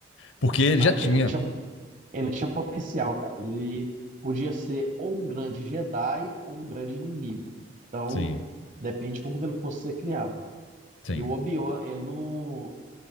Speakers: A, on the left; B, on the right.
A: Porque ele
B: Não,
A: já tinha.
B: ele tinha, ele tinha potencial, cara. Ele podia ser ou um grande Jedi ou um grande inimigo. Então,
A: Sim,
B: depende como que ele fosse ser criado.
A: sim.
B: E o Obi-Wan, ele não,